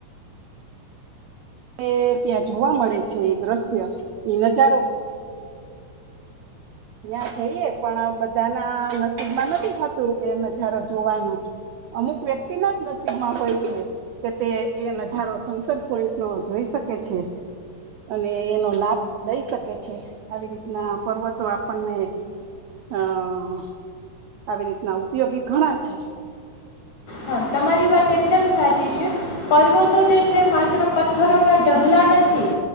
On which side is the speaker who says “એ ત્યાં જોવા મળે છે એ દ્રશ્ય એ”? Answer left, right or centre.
Right